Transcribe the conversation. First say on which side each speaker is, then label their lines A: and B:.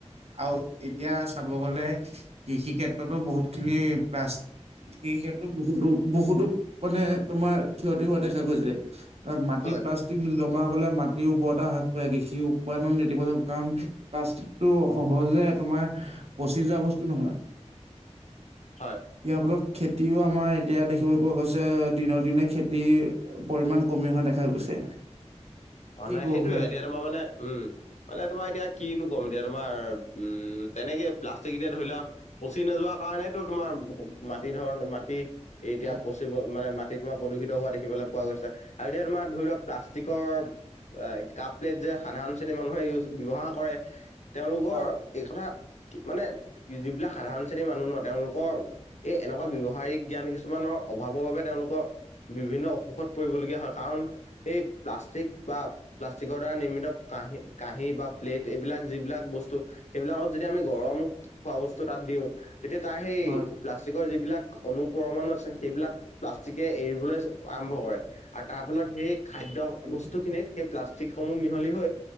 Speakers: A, on the right; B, on the left.
A: আৰু এতিয়া চাব গ'লে কৃষি ক্ষেত্ৰটো বহুতখিনি প্লাষ্‌ সেই ক্ষেত্ৰত বহুতো বহুতো মানে তোমাৰ ক্ষতি হোৱা দেখা গৈছে। কাৰণ মাটিত
B: হয়
A: প্লাষ্টিক জমা হ'লে মাটিৰ উৰ্বৰতা হ্ৰাস পায়। কৃষি উৎপাদন নেতিবাচক কাৰণ কাচটো সহজে তোমাৰ পচি যোৱা বস্তু নহয়।
B: হয়
A: ইয়াৰ ফলত খেতিও আমাৰ এতিয়া দেখিবলৈ পোৱা গৈছে দিনক দিনে খেতি পৰিমাণ কমি অহা দেখা গৈছে।
B: অঁ
A: কি
B: নাই।
A: ক'ব
B: সেইটোৱে
A: বিচাৰা?
B: এতিয়া তোমাৰ মানে উম, মানে তোমাৰ এতিয়া কিনো কম এতিয়া তোমাৰ উম, তেনেকে প্লাষ্টিক এতিয়া ধৰি লোৱা পচি নোযোৱা কাৰণেটো তোমাৰ মাটি ধৰণ, মাটি এতিয়া
A: উম,
B: পচি চিব মানে, মাটি তোমাৰ প্ৰদূষিত হোৱা দেখিবলৈ পোৱা গৈছে আৰু এতিয়া তোমাৰ ধৰি লোৱা প্লাষ্টিকৰ আ কাপ প্লেট যে সাধাৰণ শ্ৰেণীৰ মানুহে ইউজ ব্যৱহাৰ কৰে তেওঁলোকৰ
A: হয়,
B: এই খনৰ মানে যিবিলাক সাধাৰণ শ্ৰেণীৰ মানুহ ন, তেওঁলোকৰ এই এনেকুৱা
A: হয়,
B: ব্যৱহাৰিক জ্ঞান কিছুমানৰ অভাৱৰ বাবে তেওঁলোকৰ বিভিন্ন অসুখত পৰিবলগীয়া হ'য়। কাৰণ এই প্লাষ্টিক বা প্লাষ্টিকৰ দ্বাৰা নিৰ্মিত কাঁহী-কাঁহী বা প্লেট এইবিলাক যিবিলাক বস্তু সেইবিলাকত যদি আমি গৰম খোৱা বস্তু তাত দিওঁ। তেতিয়া তাৰ সেই
A: হয়,
B: প্লাষ্টিকৰ যিবিলাক অনু পৰমাণু আছে, সেইবিলাক প্লাষ্টিকে এৰিবলে আৰম্ভ কৰে, আৰু তাৰ ফলত সেই খাদ্য
A: হয়,
B: বস্তু খিনিত সেই প্লাষ্টিক সমূহ মিহলি হৈ